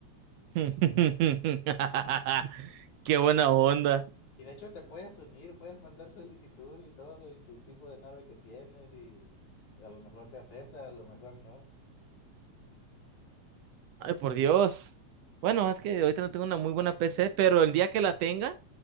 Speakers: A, on the right; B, on the left.
A: <laughs> Qué buena onda.
B: Y de hecho te puedes unir, puedes mandar solicitud y todo, y tu tipo de nave que tienes, y a lo mejor te acepta, a lo mejor no.
A: Ay, por Dios. Bueno, es que ahorita no tengo una muy buena PC, pero el día que la tenga,